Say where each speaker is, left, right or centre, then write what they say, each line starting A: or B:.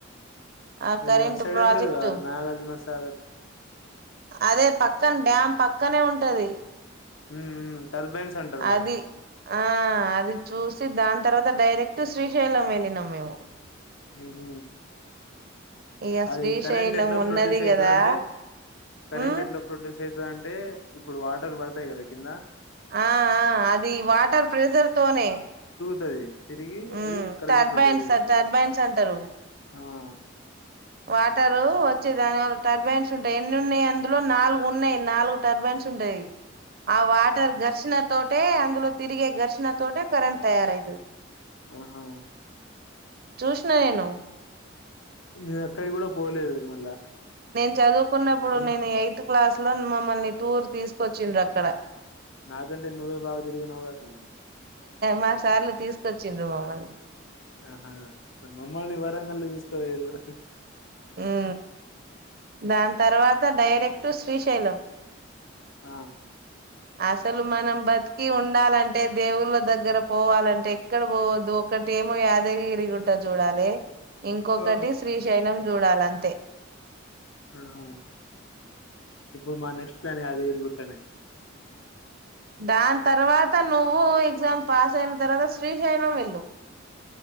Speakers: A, on the right; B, on the left.
A: ఆ
B: అది
A: కరెంట్
B: అట్ సైడే
A: ప్రాజెక్టు
B: ఉంటదిగా, నాగార్జున స సగదు
A: అదే పక్కన డ్యామ్ పక్కనే ఉంటది.
B: ఉ ఉ టర్బైన్స్ అంటారు దాన్ని.
A: అది ఆ అది చూసి దాని తర్వాత డైరెక్ట్ శ్రీశైలం వెళ్ళినాం మేము.
B: హ హు
A: ఇగ
B: అది
A: శ్రీశైలం
B: కరెంట్ ఎట్లా
A: ఉన్నది
B: ప్రొడ్యూస్ అవుతుందింటే,
A: గదా
B: కరెంట్
A: ఉమ్
B: ఎట్లా ప్రొడ్యూస్ తు అంటే ఇప్పుడు వాటర్ పడతాయి కదా కింద.
A: ఆ ఆ అది వాటర్ ప్రెజర్ తోనే
B: తది తిరిగి
A: ఉమ్
B: అది కరెంట్
A: టర్బైన్స్
B: ప్రొడ్యూస్ చేస్తది.
A: టర్బైన్స్ అంటరు
B: ఆ అ
A: వాటరు వచ్చే దానివల్ల టర్బైన్స్ ఉంటాయి ఎన్ని ఉన్నయి అందులో నాలుగు ఉన్నాయి నాలుగు టర్బైన్స్ ఉంటయి ఆ వాటర్ ఘర్షణ తోటే అందులో తిరిగి ఘర్షణ తోటే కరెంట్ తయారవుతుది
B: ఆహా
A: చూసిన నేను
B: నేన్ అక్కడికి కూడా పోలేదు మళ్ళా
A: నేను చదువు కొన్నప్పుడు
B: నీ
A: నేను ఎయిత్ క్లాస్ లో మమ్మల్ని టూర్ తీసుకొచ్చిండ్రు అక్కడ
B: నా గంటే నువ్వే భాగ తిరిగినవ్ కదా
A: మా సార్లు తీసుకొచ్చిండ్రు మమ్మల్ని
B: ఆ హా మమ్మల్ని వరంగల్ కి తీసుకపోయిండ్రు
A: ఉ దాని తర్వాత డైరెక్ట్ టు శ్రీశైలం
B: ఆ
A: అసలు మనం బతికి ఉండాలంటే దేవుళ్ళ దగ్గర పోవాలంటే ఎక్కడ పోవద్దు ఒకటి ఏమో యాదగిరి గుట్ట చూడాలి ఇంకొకటి
B: ఆ
A: శ్రీశైలం చూడాలంతే
B: హ ఇప్పుడు మా నెక్స్ట్ ప్లాన్ యాదగిరి గుట్టనే
A: దాని తర్వాత నువ్వు ఎగ్జామ్ పాస్ అయిన తర్వాత శ్రీశైలం వెళ్ళు